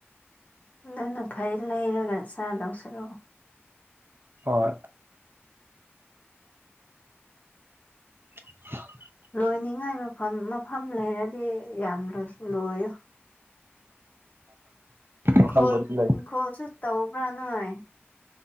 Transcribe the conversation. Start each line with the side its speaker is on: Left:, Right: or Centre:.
Left: ꯑꯗꯨꯅ ꯐꯩ ꯂꯩꯔꯒ ꯆꯥꯗꯧꯁꯔꯨꯛ
Right: ꯍꯣꯏ <unintelligible>
Left: ꯂꯣꯏꯅꯤꯡꯉꯥꯏ ꯃꯐꯝ ꯃꯐꯝ ꯂꯩꯔꯗꯤ ꯌꯥꯝ ꯂꯣꯏꯌꯨ ꯏꯪꯈꯣꯜ
Right: ꯃꯐꯝꯕꯨꯗꯤ ꯂꯩ
Left: ꯏꯪꯈꯣꯜꯁꯨ ꯇꯧꯕ꯭ꯔꯥ ꯅꯣꯏ